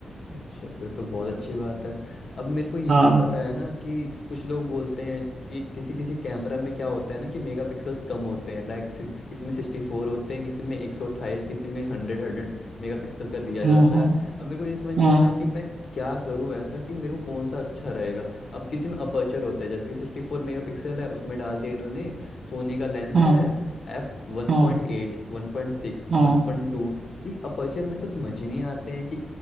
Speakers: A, on the left; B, on the right.
A: अच्छा फिर तो बहुत अच्छी बात है अब मेरे को ये
B: हाँ
A: नहीं पता है ना कि कुछ लोग बोलते हैं कि किसी किसी कैमरा में क्या होता है ना कि मेगापिक्सल्स कम होते हैं लाइक किसी में सिक्सटी फोर होते हैं किसी में एक सौ अट्ठाईस किसी में हंड्रेड हंड्रेड मेगापिक्सल का दिया जाता
B: हाँ हाँ
A: है अब मेरे को ये समझ नहीं
B: हाँ
A: आता कि मैं क्या करूं ऐसा कि मेरे को कौन सा अच्छा रहेगा अब किसी में अपर्चर होता है जैसे कि सिक्सटी फोर मेगा पिक्सल है उसमें डाल दिया इन्होंने सोनी का लेंस
B: हाँ
A: है F one
B: हाँ
A: point eight one point six
B: हाँ।
A: one point two, ये अपर्चर मेरे को समझ ही नहीं आते हैं कि